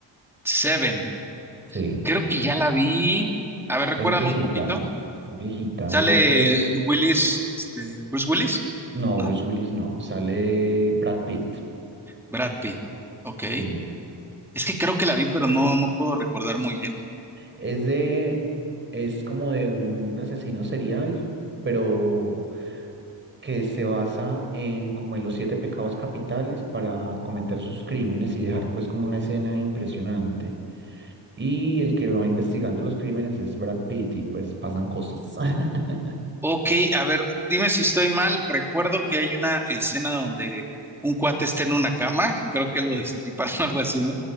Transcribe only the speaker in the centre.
Seven,
creo que ya la vi. A ver, recuérdame
un poquito.
¿Sale
Willis, este, Bruce Willis?
No,
Brad Pitt. Ok.
Es que creo que la vi, pero no, no puedo recordar muy bien.
Ok, a ver, dime si estoy mal. Recuerdo que hay una escena donde un cuate está en una cama, y creo que lo destripan <laughs> o algo así, ¿no?